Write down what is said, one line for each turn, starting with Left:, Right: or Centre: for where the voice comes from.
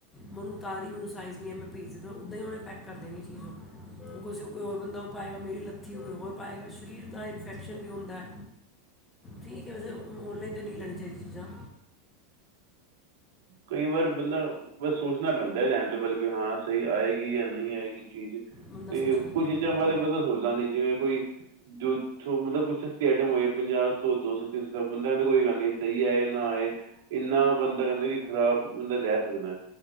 Left: ਮੈਨੂੰ ਉਤਰੀ ਮੈਨੂੰ ਸਾਈਜ਼ ਨਹੀਂ ਮੈਂ ਭੇਜ ਦਿੱਤਾ, ਉੱਦਾਂ ਹੀ ਉਹੇ ਪੈਕ ਕਰ ਦੇਣੀ ਚੀਜ਼ ਕੋਈ ਹੋਰ ਬੰਦਾ ਪਾਏਗਾ ਮੇਰੀ ਲੱਥੀ ਔ ਹੋਰ ਪਾਏਗਾ, ਸਰੀਰ ਦਾ ਇਨਫੈਕਸ਼ਨ ਵੀ ਹੁੰਦਾ ਠੀਕ ਹੈ, ਵੈਸੇ ਔਨਲਾਈਨ ਤੇ ਨਹੀਂ ਲੈਣੀ ਚਾਹੀਦੀਆਂ ਚੀਜ਼ਾਂ
Right: ਕਈ ਵਾਰ ਬੰਦਾ ਬਸ ਸੋਚਣਾ ਪੈਂਦਾ ਲੈਣ ਤੋਂ ਪਹਿਲ ਵੀ ਹਾਂ ਸਹੀ ਆਏਗੀ, ਜਾਂ ਨਹੀਂ ਆਏਗੀ ਚੀਜ਼
Left: ਬੰਦਾ
Right: ਤੇ
Left: ਸੋਚ ਲੈਂਦਾ
Right: ਕੁਝ ਚੀਜ਼ਾਂ
Left: ਹਾਂ,
Right: ਬਾਰੇ ਬੰਦਾ ਸੋਚਦਾ ਨੇ ਜਿਵੇਂ, ਕੋਈ ਜੋ ਮਤਲਬ ਕੁਛ ਸਸਤੀ ਆਈਟਮ ਹੋਏ, ਪੰਜਾਹ ਸੌ ਦੋ ਸੌ ਤਿੰਨ ਸੌ ਬੰਦਾ ਕਹਦਾ ਕੋਈ ਗੱਲ ਨਾ ਸਹੀ ਆਏ ਨਾ ਆਏ ਇੰਨਾ ਬੰਦਾ ਕਹਿੰਦਾ ਕਿ, ਖ਼ਰਾਬ ਬੰਦਾ ਲੈ ਸਕਦਾ